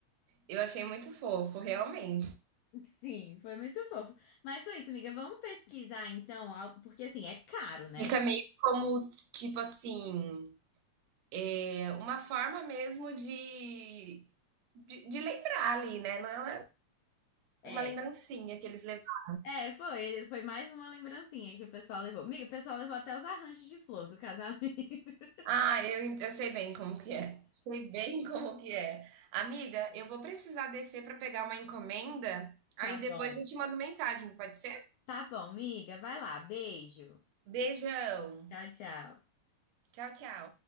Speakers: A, on the right; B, on the left.
A: eu achei muito fofo, realmente.
B: Sim, foi muito fofo. Mas foi isso, amiga. Vamos pesquisar então, algo- porque assim, é caro, né?
A: Fica meio como, tipo assim, é uma forma mesmo de, de, de lembrar ali, né? Não é uma
B: É,
A: uma lembrancinha que eles levaram.
B: É, foi. Foi mais uma lembrancinha que o pessoal levou. Miga, o pessoal levou até os arranjos de flor do casamento. <laughs>
A: Ah, eu, eu sei bem como que é. Sei bem como que é. Amiga, eu vou precisar descer para pegar uma encomenda, aí
B: Tá
A: depois
B: bom.
A: eu te mando mensagem, pode ser?
B: Tá bom, miga. Vai lá. Beijo.
A: Beijão.
B: Tchau, tchau.
A: Tchau, tchau.